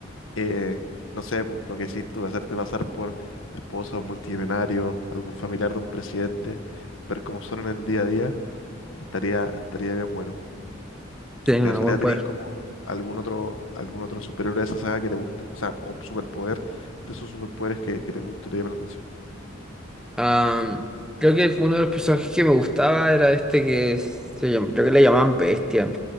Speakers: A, on the left; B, in the centre.
A: Eh, no sé, pues, lo que decís tú, hacerte pasar por la esposa de un multimillonario, algún familiar de un presidente, ver cómo son en el día a día, estaría, estaría bien bueno.
B: Sí,
A: ¿De
B: un
A: casualidad
B: buen
A: tenéis
B: poder.
A: como algún otro, algún otro superhéroe de esa saga que te guste? O sea, o superpoder de esos superpoderes que, que te guste, te llame la atención.
B: Am, creo que uno de los personajes que me gustaba era este que se llam- creo que le llamaban Bestia.